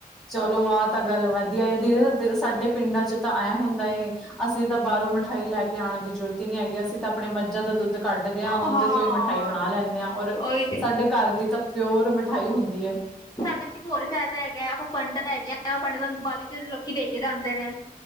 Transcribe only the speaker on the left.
ਹਾਂ
ਉਹੀ ਤੇ
ਸਾਨੂੰ ਇੱਕ ਹੋਰ ਫ਼ਾਇਦਾ ਹੈਗਾ ਆਪਾਂ ਪੰਡਿਤ ਹੈਗੇ ਆ ਪੰਡਿਤਾਂ ਨੂੰ ਦੀਵਾਲੀ 'ਚ'ਲੋਕੀਂ ਦੇ ਕੇ ਜਾਂਦੇ ਨੇ